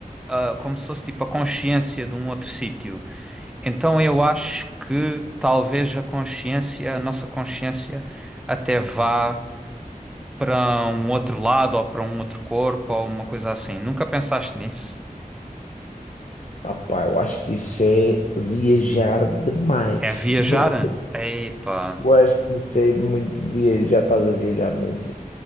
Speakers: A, in the centre; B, on the left.
A: ah, como se fosse tipo a consciência de um outro sítio. Então eu acho que talvez a consciência, a nossa consciência até vá para um outro lado ou para um outro corpo ou uma coisa assim. Nunca pensaste nisso?
B: Ah, pá, eu acho que isso é viajar demais.
A: É viajar?
B: <laughs>
A: Epá,
B: Eu acho que isso é muito viajar, estás a viajar muito.